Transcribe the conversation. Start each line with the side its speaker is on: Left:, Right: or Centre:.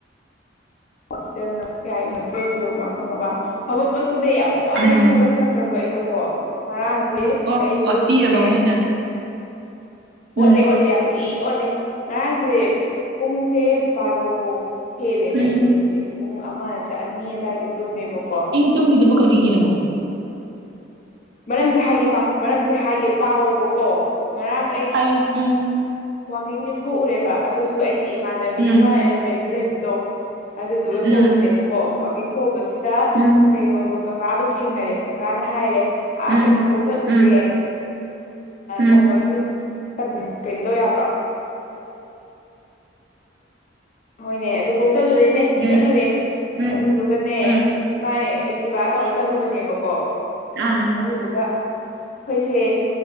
Left: ꯍꯣꯁꯇꯦꯜꯅ ꯀꯌꯥ ꯑꯃ ꯇ꯭ꯔꯦꯠꯀꯤꯣ ꯋꯥ ꯈꯪꯉꯕ ꯍꯧꯒꯠꯄꯁꯨꯅꯦ ꯌꯥꯝ ꯋꯥꯅꯗꯤ
Right: ꯎꯝ
Left: ꯍꯧꯒꯠꯆꯈ꯭ꯔꯕ ꯑꯩꯗꯣꯀꯣ ꯉꯔꯥꯡꯁꯦ
Right: ꯑꯣ
Left: ꯑꯩ
Right: ꯑꯣꯠꯄꯤꯔꯕ
Left: ꯄꯨꯡꯅꯦ
Right: ꯃꯣꯏꯅ
Left: ꯑꯣꯠꯂꯦ
Right: ꯎꯝ
Left: ꯑꯣꯠꯂꯦ ꯌꯥꯝ ꯊꯤ ꯑꯣꯠꯂꯦ ꯉꯔꯥꯡꯁꯦ ꯄꯨꯡꯁꯦ ꯕꯥꯔꯣ ꯍꯦꯜꯂꯦꯕ
Right: ꯎꯝ
Left: ꯑꯩꯅ ꯇꯨꯝꯃꯤꯁꯦ ꯄꯨꯡ ꯑꯃ ꯅꯠꯇ꯭ꯔ ꯑꯅꯤ ꯑꯋꯥꯏꯗ ꯇꯨꯝꯃꯦꯕꯀꯣ
Right: ꯇꯒꯤꯗꯨꯕꯨ ꯀꯔꯤꯒꯤꯅꯣ
Left: ꯃꯔꯝꯁꯦ ꯍꯥꯏꯒꯦ ꯇꯥꯎ ꯃꯔꯝꯁꯦ ꯍꯥꯏꯒꯦ ꯇꯥꯛꯑꯣꯕꯀꯣ ꯉꯔꯥꯡ ꯑꯩ
Right: ꯍꯥꯏꯣ ꯎꯝ
Left: ꯋꯥꯋꯥꯛꯀꯤꯡꯁꯦ ꯊꯣꯛꯎꯔꯦꯕ ꯑꯗꯨꯁꯨ ꯑꯩꯒꯤ ꯏꯃꯥꯟꯅꯕꯤ
Right: ꯎꯝ
Left: ꯑꯃ ꯑꯦꯂꯚꯦꯟꯗ ꯂꯩꯕꯗꯣ ꯑꯗꯨꯗꯨꯒ ꯊꯣꯛꯎꯕꯅꯦꯕꯀꯣ
Right: ꯎꯝ
Left: ꯋꯥꯋꯥꯛꯀꯤꯡ ꯊꯎꯕꯁꯤꯗ
Right: ꯎꯝ
Left: ꯀꯩꯅꯣꯗꯣ ꯀꯀꯥꯗꯣ ꯊꯦꯡꯅꯔꯦ ꯀꯀꯥꯅ ꯍꯥꯏꯔꯦ ꯑꯥ
Right: ꯎꯝ
Left: ꯀꯩꯅꯣꯐꯧ ꯆꯠꯂꯨꯁꯦ
Right: ꯎꯝ ꯎꯝ ꯎꯝ
Left: ꯂꯝ ꯃꯃꯤꯡꯗ ꯀꯩꯅꯣꯗꯧ ꯌꯥꯕ꯭ꯔꯣ ꯎ ꯍꯣꯏꯅꯦ ꯑꯗꯨꯐꯥꯎ ꯆꯠꯂꯨꯔꯦꯅꯦ
Right: ꯎꯝ
Left: ꯆꯠꯂꯨꯔꯦ
Right: ꯎꯝ
Left: ꯑꯗꯨꯗꯨꯒꯅꯦ
Right: ꯎꯝ
Left: ꯃꯥꯏ ꯑꯦꯛꯇꯤꯚꯥ ꯇꯧꯔ ꯆꯠꯂꯨꯕꯅꯦꯕꯀꯣ
Right: ꯑꯥ
Left: ꯑꯗꯨꯗꯨꯒ ꯑꯩꯈꯣꯏꯁꯦ